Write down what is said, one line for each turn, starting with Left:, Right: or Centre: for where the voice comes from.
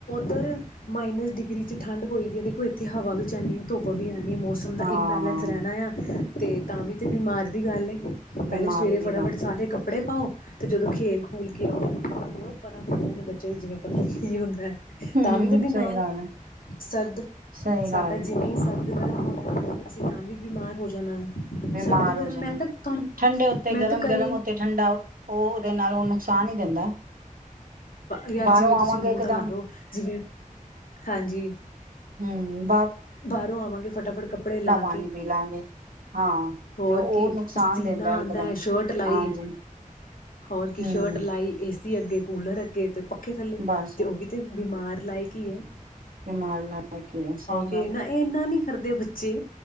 Left: ਪਰ ਮਾਈਨਸ ਡਿਗਰੀ ਚ ਠੰਢ ਹੋਈ ਦੀ ਐ, ਦੇਖੋ ਇੱਥੇ ਹਵਾ ਵੀ ਚੱਲਣੀ ਹੈ ਧੁੱਪ ਵੀ ਐ। ਨੀ ਮੌਸਮ ਦਾ
Right: ਹਾਂ
Left: ਇੰਬੈਲੈਂਸ ਰਹਿਣੈ ਆ। ਤੇ ਤਾਂ ਵੀ ਤੇ ਬਿਮਾਰ ਦੀ ਗੱਲ ਪਹਿਲੇ
Right: ਬਿਮਾਰੀ
Left: ਸਵੇਰੇ
Right: ਦੀ
Left: ਫਟਾਫਟ
Right: ਗੱਲ ਹੂੰ,
Left: ਸਾਰੇ ਕਪੜੇ ਪਾਓ ਤੇ ਜਦੋਂ ਖੇਲ ਖੂਲ ਕੇ ਆਓ ਫਿਰਓ ਪਰਾਂ ਸਕਦੇ ਨੇ ਬੱਚੇ ਜਿਵੇਂ ਪਤਾ ਕੀ ਹੁੰਦਾ ਤਾਂ
Right: ਹੂੰ,
Left: ਵੀ ਤੇ
Right: ਹੂੰ
Left: ਬਿਮਾਰ
Right: ਸਹੀ ਗੱਲ ਹੈ,
Left: ਸਰਦ
Right: ਸਹੀ
Left: ਸਾਡਾ
Right: ਗੱਲ ਹੈ
Left: ਜਿਵੇਂ ਸਰਦ ਗਰਮ ਹੋਣਾ ਅਸੀਂ ਤਾਂ ਵੀ ਬਿਮਾਰ ਹੋ ਜਾਣਾ ਹੈ
Right: ਬਿਮਾਰ
Left: ਸਰਦ ਗਰਮ
Right: ਹੋ ਜਾਣੇ
Left: ਮੈਂ ਤਾਂ ਤੁਹਾਨੂੰ
Right: ਠੰਡੇ ਉੱਤੇ
Left: ਮੈਂ ਤਾਂ
Right: ਗਰਮ
Left: ਕਈ
Right: ਗਰਮ ਉੱਤੇ ਠੰਡਾ ਉਹ ਦੇ ਨਾਲ ਉਹ ਨੁਕਸਾਨ ਹੀ ਦਿੰਦਾ
Left: ਯਾਰ
Right: ਬਾਹਰੋਂ
Left: ਜਿਵੇਂ ਤੁਸੀਂ
Right: ਆਵਾਂਗੇ
Left: ਮੂੰਹ
Right: ਇਕਦਮ
Left: ਦਾ ਲਾ ਲਓ ਜਿਵੇਂ ਹਾਂਜੀ
Right: ਹਮ
Left: ਬਾਹਰੋਂ ਆਵਾਂਗੇ ਫਟਾਫਟ ਕੱਪੜੇ ਲਾ
Right: ਪਾਣੀ
Left: ਕੇ
Right: ਪੀ ਲਾਂਗੇ ਹਾਂ
Left: ਹੋਰ
Right: ਤੇ ਉਹ
Left: ਕੀ
Right: ਨੁਕਸਾਨ
Left: ਪਸੀਨਾ
Right: ਦਿੰਦਾ
Left: ਆਉਂਦਾ
Right: ਇਕਦਮ
Left: ਹੈ ਸ਼ਰਟ ਲਾਈ
Right: ਹਾਂਜੀ
Left: ਹੋਰ ਕੀ
Right: ਹੂੰ
Left: ਸ਼ਰਟ ਲਾਈ ਏਸੀ ਅੱਗੇ ਸਕੂਲਰ ਅੱਗੇ ਤੇ ਪੱਖੇ ਥੱਲੇ
Right: ਬਸ,
Left: ਤੇ ਉਹ ਵੀ ਤੇ ਬਿਮਾਰ ਲਾਇਕ ਕੀਏ
Right: ਤੇ ਮਾਲ ਲੈ ਕੇ ਸਹੀ
Left: ਤੇ
Right: ਗੱਲ
Left: ਨਾ ਇਹ ਇਨਾ ਨੀ ਕਰਦੇ ਬੱਚੇ